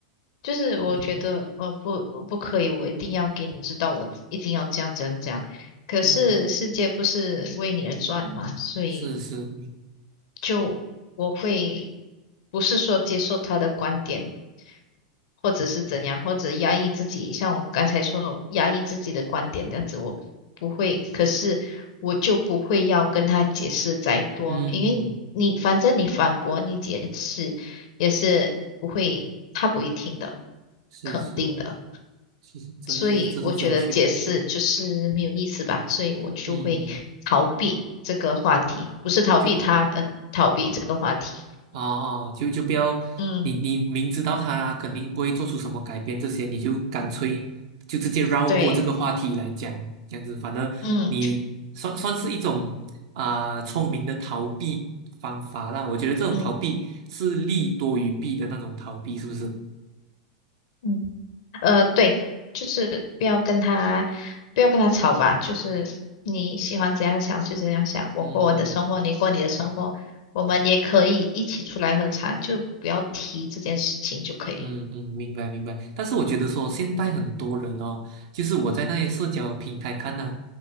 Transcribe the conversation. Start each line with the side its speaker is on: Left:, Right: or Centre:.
Left: 就是我觉得呃不不可以，
Right: 嗯
Left: 我一定要给你知道，我一定要这样这样这样。可是世界不是为你而转嘛，
Right: 嗯，
Left: 所以
Right: 是是，
Left: 就我会不是说接受他的观点，或者是怎样，或者压抑自己，像我刚才说压抑自己的观点这样子，我不会。可是我就不会要跟他解释再多，
Right: 嗯嗯，
Left: 因为你反正你反驳你解释也是不会，
Right: 嗯
Left: 他不会听的。
Right: 是是
Left: 肯定的，
Right: 是，这是这是正确的，
Left: 所以我觉得解释就是没有意思吧，所以我就会逃避这个话题，
Right: 嗯嗯，
Left: 不是逃避他，
Right: 就
Left: 呃，逃避这个话题。
Right: 哦哦，就就不要你你明知道他肯定不会做出什么改变，
Left: 嗯，
Right: 这些你就干脆就直接绕过这个话题来讲，
Left: 对，
Right: 这样子，反正你算算是一种啊、
Left: 嗯
Right: 聪明的逃避方法啦。我觉得这种逃避是利多于弊的那种逃避，
Left: 嗯
Right: 是不是？
Left: 嗯，呃，对，就是不要跟他，不要跟他吵吧，就是你喜欢怎样想就怎样想，我过我的生活，
Right: 嗯嗯。
Left: 你过你的生活，我们也可以一起出来喝茶，就不要提这件事情就可以。
Right: 嗯嗯，明白明白。但是我觉得说，现在很多人哦，就是我在那些社交平台看呐、